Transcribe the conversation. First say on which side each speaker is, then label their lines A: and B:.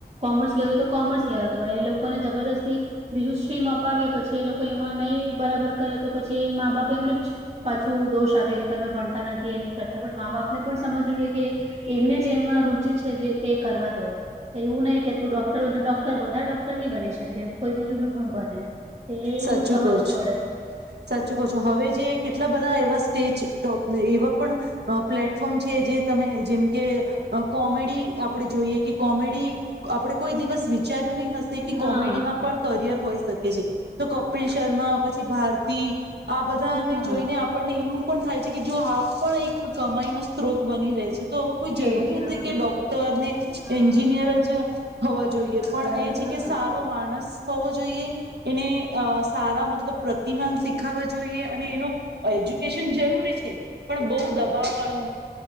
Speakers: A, on the right; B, on the right.
A: કોમર્સ લેવું હોય તો કોમર્સ લેવા દો એ લોકોને જબરદસ્તી બીજું સ્ટ્રીમ અપાવી પછી એ લોકો એમાં નહીં બરાબર કરે તો પછી એ મા બાપ એમને જ પાછું દોષ આપે કે તમે ભણતા નથી એ નહી કરતા પણ મા બાપને પણ સમજવું જોઈએ, કે એમને જેમાં રુચિ છે જે તે કરવા દો, એવું નઈ કે તું ડોક્ટર ડોક્ટર બધા ડોક્ટર નહી બની શકે કોઈ બીજું બી બને. તેયે એવું
B: સાચું
A: જ સમજવું
B: કહું સાચું
A: પડે
B: કઊ છુ, હવે જે કેટલા બધા એવા તે જ ટોપ એવા પણ, અ પ્લેટફોર્મ છે જે તમે જેમ કે અ કોમેડી આપણે જોઈએ કે કોમેડી આપણેે કોઈ દિવસ વિચાર રી નઈ હશે કે
A: હા
B: કોમેડીમાં પણ કરિયર હોય શકે. કે છે. તો કપિલ શર્મા પછી ભારતી. આ બધાને
A: હા
B: જોઈને આપણને એવું પણ થાય છે કે જો આપ પણ એક કમાઈ ન સ્ત્રોત બની રહે છે. તો કોઈ જરૂરી
A: એજ હા
B: નથી કે ડોક્ટર ને,
A: હા
B: એન્જિનિયર જ હોવા જોઈએ
A: આગળ
B: પણ
A: વધે
B: એ છે કે
A: હા
B: સારો માણસ હોવો જોઈએ. એને અ સારા મતલબ પ્રતિમાન શીખાવા જોઈએ અને એનો એજ્યુકેશન જરૂરી છે. પણ બઊ દબાવ વાળો